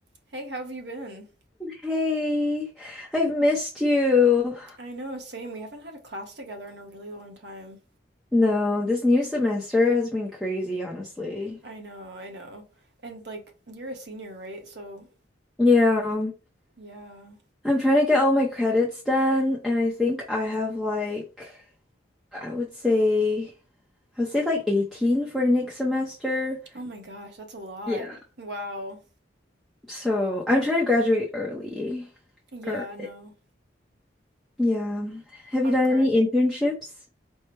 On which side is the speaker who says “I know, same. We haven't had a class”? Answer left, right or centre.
Right